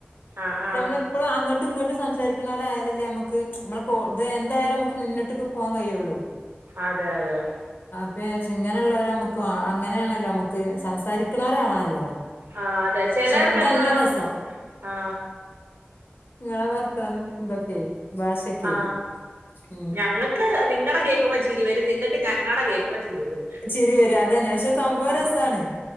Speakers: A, on the right (about 70°); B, on the left (about 55°).
A: ആ
B: പക്ഷെ
A: ആ
B: നമ്മളെപ്പോഴും അങ്ങട്ടും ഇങ്ങട്ടും സംസാരിക്കണോലെ <unintelligible> ലല്ലേ നമുക്ക് നമ്മളെ കോ ഇത് എന്തായാലും നമുക്ക് മുന്നോട്ട്ക്ക് പോവാൻ കയൊള്ളു
A: അതെ അതെ
B: പ്പാ വിചാരിച്ച് ഇങ്ങനുള്ളോരാ മ്മുക്ക് അങ്ങനൊണല്ലോ മ്മുക്ക് സംസാരിക്കണവരാവണല്ലോ
A: ആ അതെ
B: <unintelligible>
A: ചിലർക്കങ്ങ്
B: രസം
A: ആ
B: ങ്ങളെ വർത്താനം ഇതൊക്കെ ഭാഷൊക്കെ
A: ആ
B: ഉം
A: ഞങ്ങൾക്ക് നിങ്ങടെ കേൾക്കുമ്പോ ചിരി വരും നിങ്ങക്ക് <unintelligible> ങ്ങടെ കേക്കുമ്പം ചിരിവരും
B: ചിരി വരും അതന്നെ പക്ഷെ സംഭവം
A: ആ
B: രസാണ്